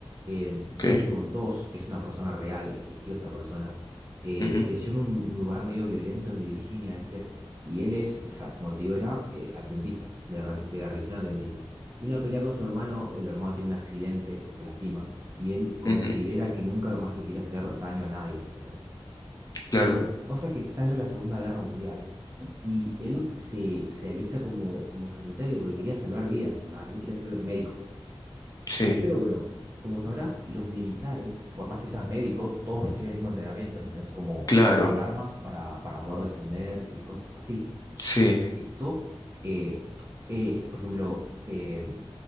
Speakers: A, on the right (about 30°); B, on the left (about 40°).
A: Eh,
B: Ok.
A: Desmond dos es una persona real, existió esta persona. Eh,
B: ujú,
A: creció en un, un lugar medio violento en Virginia, ¿viste? Y él es, esa, como te digo, era eh, adventista, de, la re- de la religión adventista. Y una pelea con su hermano, el hermano tiene un accidente y se lastima, y él considera
B: ujú,
A: que nunca más le quiere hacer daño a nadie, ¿entendés?
B: Claro.
A: Pero pasa que estalla la Segunda Guerra Mundial y él se, se alista como, como sanitario porque quería salvar vidas, o sea, él quería ser médico.
B: Sí,
A: Pero bueno, como sabrás, los militares, por más que seas médico, todos reciben el mismo entrenamiento, ¿entendés? Como
B: claro.
A: con armas para, para poder defenderse y cosas así.
B: Sí.
A: Esto, eh, eh, por ejemplo, eh,